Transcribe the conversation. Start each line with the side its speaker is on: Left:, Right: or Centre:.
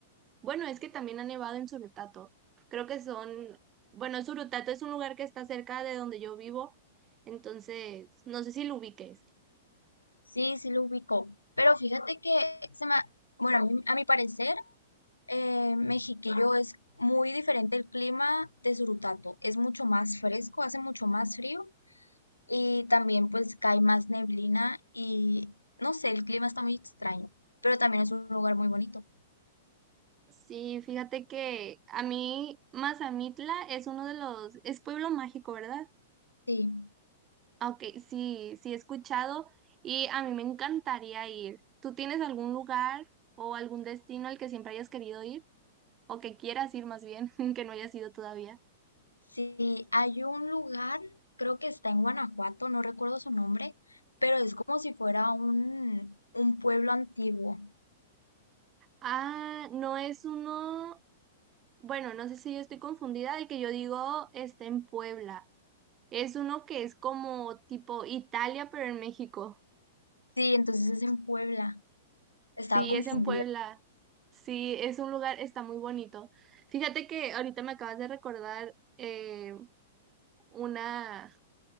Right: bueno, es que también ha nevado en Surutato, creo que son, bueno, Surutato es un lugar que está cerca de donde yo vivo, entonces, no sé si lo ubiques.
Left: Sí, sí lo ubicó. Pero fíjate que se me, bueno, a mí- a mi parecer, eh, Mexiquillo es muy diferente el clima de Surutato. Es mucho más fresco, hace mucho más frío y también pues cae más neblina y no sé, el clima está muy extraño, pero también es un lugar muy bonito.
Right: Sí, fíjate que a mí, Mazamitla es uno de los, es pueblo mágico, ¿verdad?
Left: Sí,
Right: Ah, Ok, sí, sí he escuchado y a mí me encantaría ir. ¿Tú tienes algún lugar o algún destino al que siempre hayas querido ir? o que quieras ir más bien, <laughs> que no hayas ido todavía.
Left: sí, hay un lugar, creo que está en Guanajuato, no recuerdo su nombre, pero es como si fuera un, un pueblo antiguo.
Right: Ah, no es uno, bueno, no sé si yo estoy confundida, el que yo digo está en Puebla. Es uno que es como tipo Italia, pero en México.
Left: Sí, entonces es en Puebla. Estaba
Right: Sí,
Left: confundida.
Right: es en Puebla. Sí, es un lugar, está muy bonito. Fíjate que ahorita me acabas de recordar eh, una